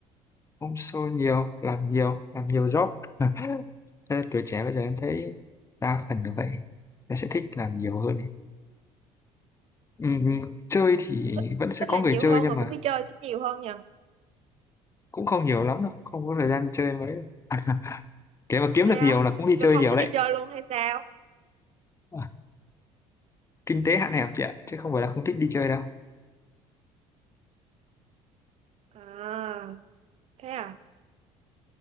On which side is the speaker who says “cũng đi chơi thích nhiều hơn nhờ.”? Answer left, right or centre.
Right